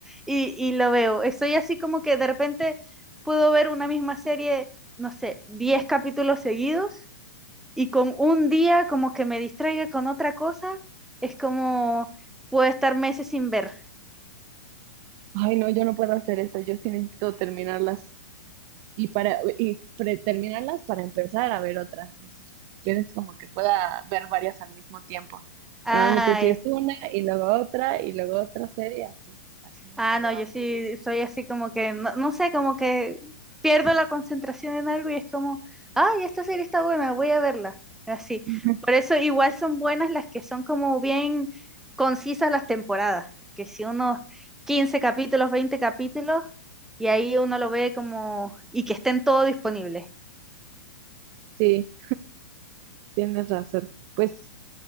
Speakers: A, in the centre; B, on the right (about 40°).
A: y, y lo veo. Estoy así como que de repente puedo ver una misma serie, no sé, 10 capítulos seguidos y con un día como que me distraiga con otra cosa, es como puedo estar meses sin ver.
B: ay no, yo no puedo hacer eso. Yo sí necesito terminarlas y para y pre- terminarlas para empezar a ver otra. Ni siquiera es como que pueda ver varias al mismo tiempo.
A: Ay,
B: Normalmente sí es una y luego otra y luego otra serie, así, así nos
A: ah,
B: la llevamos.
A: no, yo sí soy así como que, no, no sé, como que pierdo la concentración en algo y es como, ay, esta serie está buena, voy a verla. Así.
B: <laughs>
A: Por eso igual son buenas las que son como bien concisas las temporadas, que si unos 15 capítulos, 20 capítulos, y ahí uno lo ve como, y que estén todo disponibles.
B: Sí, tienes razón. Pues